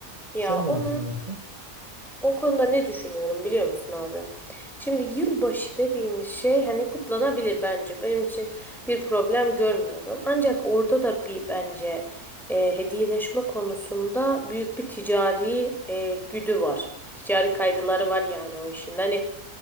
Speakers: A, in the centre; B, on the right (about 20°).
A: Ya
B: Sen
A: ona
B: ne düşünüyorsun?
A: o konuda ne düşünüyorum biliyor musun abi? Şimdi yılbaşı dediğimiz şey hani kutlanabilir bence. Benim için bir problem görmüyorum. Ancak orada da bir bence e, hediyeleşme konusunda büyük bir ticari e, güdü var. Ticari kaygıları var yani o işin. Hani